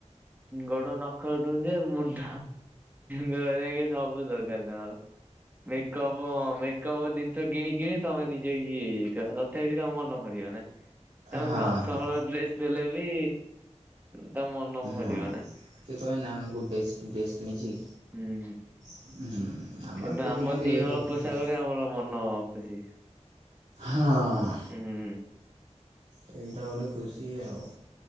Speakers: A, on the right; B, on the right.
A: ଗୋ ନଖ ଟୁ ଯେ ମୁଣ୍ଡ ଗୋର ଜାଇଁକି ସବୁ ଦର୍ କାର୍ ତାଙ୍କର ମେକପ ମେକପ ଜିନିଷ କିଣି କିଣି ତମେ ନିଜେ ଇଏ ହେଇଯାଇଥିବ ତଥାପି ତମ ମନ ଭରିବ ନା ତାଙ୍କୁ
B: ହଁ
A: ଦଶହଳ
B: ହଁ
A: ଡ୍ରେସ। ଦେଲେ ବି ତା ମନ ଭରିବ
B: ହଁ
A: ନାହିଁ।
B: କିଏ କହେ ନା ମୁଁ ଗୋଟିଏ ଡ୍ରେସ୍ କିଣିଛି।
A: ହୁଁ, ହୁଁ।
B: <inaudible>
A: କିନ୍ତୁ
B: ପୁଅ
A: ଆମ
B: ପିଲାଙ୍କର
A: ଦିହଳ
B: ଏଇଟା ହେଉଛି
A: ପୋଷାକରେ
B: ଖୁସି
A: ଆମର ମନ ଖୁସି।
B: ହଁ।
A: ହୁଁ
B: ସେଇଟା ଗୋଟେ ଖୁସି ଆଉ।